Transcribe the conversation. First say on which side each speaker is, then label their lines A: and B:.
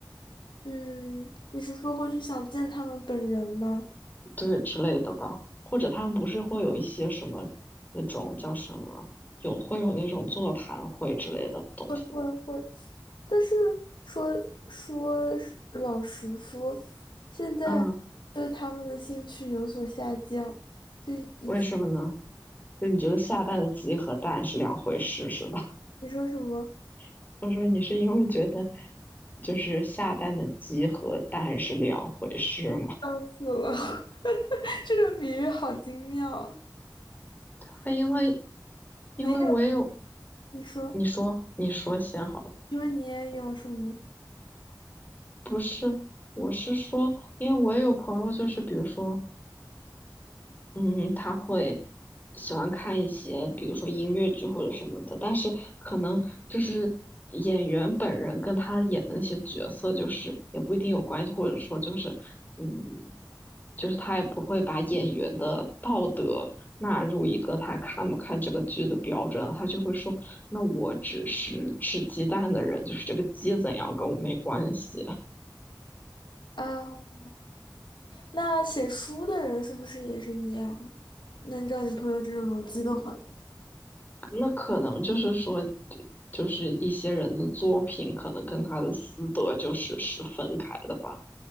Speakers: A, on the left (about 85°); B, on the left (about 25°).
A: 嗯，你是说会去想见他们本人吗？
B: 对之类的吧，或者他们不是会有一些什么那种叫什么，有会有那种座谈会之类的东西吗。
A: 会会会，但是说说是老实说，现在对他们的兴趣有所下降，
B: 嗯，
A: 对，以前
B: 为什么呢？就你觉得下蛋的鸡和蛋是两回事是吧？
A: 你说什么？
B: <laughs> 我说你是因为觉得就是下蛋的鸡和蛋是两回事吗？
A: 笑死了，<laughs> 这个比喻好精妙啊！
B: <laughs> 因为因为我也有，
A: 没有，你说，
B: 你说你说先好了，
A: 因为你也有什么
B: 不是，我是说，因为我也有朋友，就是比如说嗯，他会喜欢看一些，比如说音乐剧或者什么的，但是可能就是演员本人跟他演的那些角色，就是也不一定有关系，或者说就是，嗯，就是他也不会把演员的道德纳入一个他看不看这个剧的标准，他就会说，那我只是吃鸡蛋的人，就是这个鸡怎样跟我没关系。
A: 啊？那写书的人是不是也是一样？那按照你朋友这种逻辑的话，
B: 那可能就是说，就是一些人的作品可能跟他的私德就是是分开的吧？